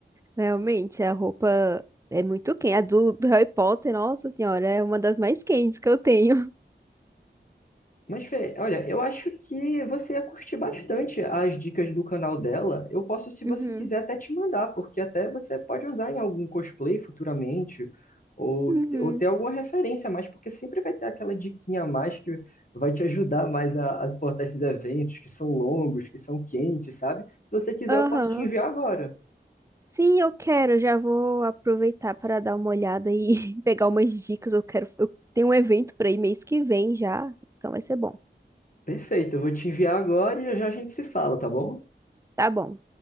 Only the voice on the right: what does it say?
Realmente, a roupa é muito quente. A do, do Harry Potter, nossa senhora, é uma das mais quentes que eu tenho.
Uhum.
Uhum.
Aham.
Sim, eu quero. eu Já vou aproveitar para dar uma olhada e <laughs> pegar umas dicas. Eu quero. Eu tenho um evento para ir mês que vem já, então vai ser bom.
Tá bom.